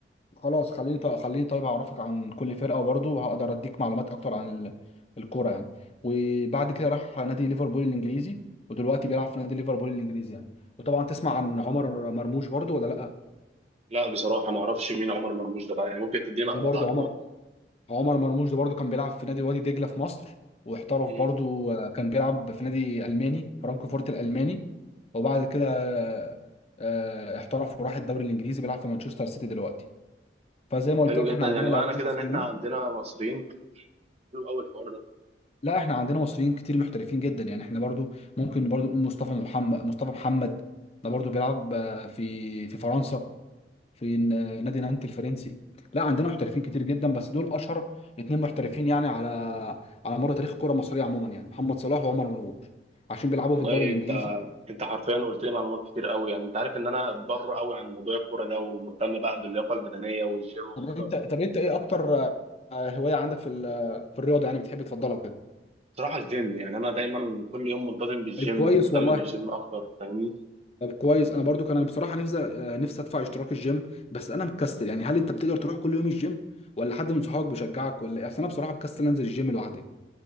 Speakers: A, on the left (about 35°); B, on the right (about 35°).
A: خلاص خليني طيب خليني طيب اعرفك عن كل فرقه وبرضه وهقدر اديك معلومات اكتر عن ال- الكوره يعني وبعد كده راح نادي ليفربول الانجليزي ودلوقتي بيلعب في نادي ليفربول الانجليزي يعني وطبعا تسمع عن عمر مرموش برضه ولا لا
B: لا بصراحة ما اعرفش مين عمر مرموش ده بقى. يعني ممكن تديني
A: ده
B: معلومات
A: برضه
B: عنه
A: عمر
B: اكتر
A: عمر مرموش ده برضو كان بيلعب في نادي وادي دجله في مصر واحترف
B: مم.
A: برضو آه، كان بيلعب في نادي الماني فرانكفورت الالماني وبعد كده آه، آه، احترف وراح الدوري الانجليزي بيلعب في مانشستر سيتي دلوقتي فزي
B: طب
A: ما قلت
B: حلو
A: لك احنا
B: جدا
A: عندنا
B: يعني
A: لاعبين
B: معنى كده
A: مصريين
B: ان احنا عندنا مصريين حلو قوي الحوار ده
A: لا احنا عندنا مصريين كتير محترفين جدا يعني احنا برضو ممكن برضو نقول مصطفى محمد مصطفى محمد ده برضو بيلعب آه، في في فرنسا في ن- نادي نانت الفرنسي لا عندنا محترفين كتير جدا بس دول اشهر اتنين محترفين يعني على على مر تاريخ الكره المصريه عموما يعني محمد صلاح وعمر مرموش عشان بيلعبوا
B: والله
A: في الدوري الانجليزي
B: انت انت حرفيا قلت لي معلومات كتير قوي يعني انت عارف ان انا بره قوي عن موضوع الكوره ده ومهتم بقى باللياقه البدنيه والجيم
A: طب
B: اكتر
A: انت طب انت ايه اكتر آه، هوايه عندك في ال- في الرياضه يعني بتحب تفضلها وكده
B: بصراحة الجيم يعني أنا دايما كل يوم منتظم بالجيم
A: طيب كويس
B: ومهتم
A: والله
B: بالجيم أكتر فاهمني؟
A: طب كويس انا برضو كان بصراحه نفسي آه، نفسي ادفع اشتراك الجيم بس انا مكسل يعني هل انت بتقدر تروح كل يوم الجيم ولا حد من صحابك بيشجعك ولا ايه اصل انا بصراحه مكسل انزل الجيم لوحدي